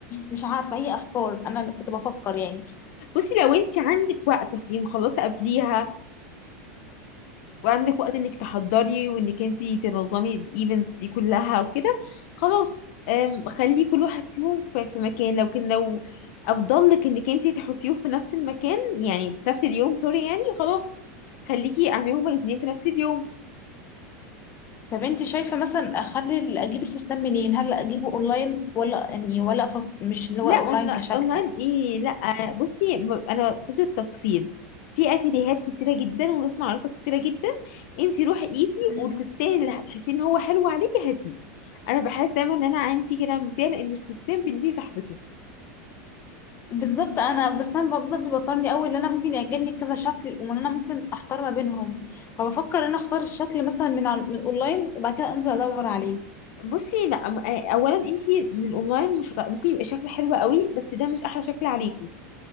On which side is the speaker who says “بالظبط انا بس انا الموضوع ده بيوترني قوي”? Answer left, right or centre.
Left